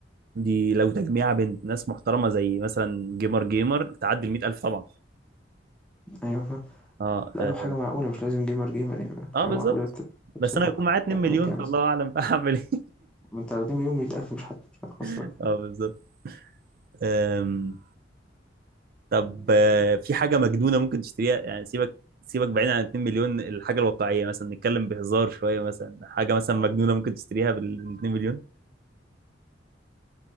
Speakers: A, on the right; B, in the centre.
A: دي لو تجميعة بين ناس محترمة زي مثلا جيمر جيمر تعدي ال 100000 طبعا
B: أيوه فاهم
A: اه
B: لا
A: اه,
B: لو حاجة معقولة مش لازم جيمر جيمر يعني حاجة
A: آه بالظبط
B: معقولة بت- بتبسطك
A: بس انا هيكون معايا 2 مليون
B: تعمل كده
A: فالله
B: مثلا
A: اعلم بقى هعمل ايه
B: ما انت لو دي مليون مية ألف مش هت مش هتخسرك
A: <laughs> اه بالظبط أم، طب آه، في حاجة مجنونة ممكن تشتريها يعني سيبك سيبك بعيد عن 2 مليون الحاجة الواقعية مثلا نتكلم بهزار شوية مثلا حاجة مثلا مجنونة ممكن تشتريها بال 2 مليون